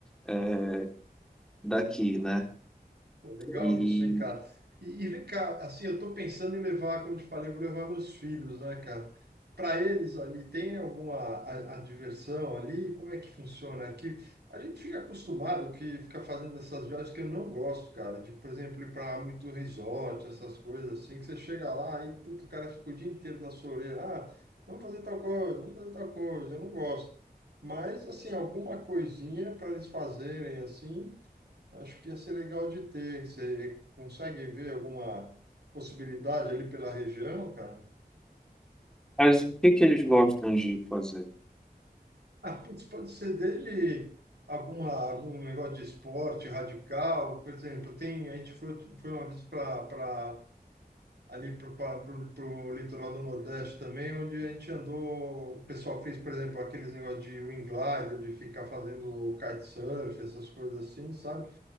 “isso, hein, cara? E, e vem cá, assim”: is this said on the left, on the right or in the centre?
Right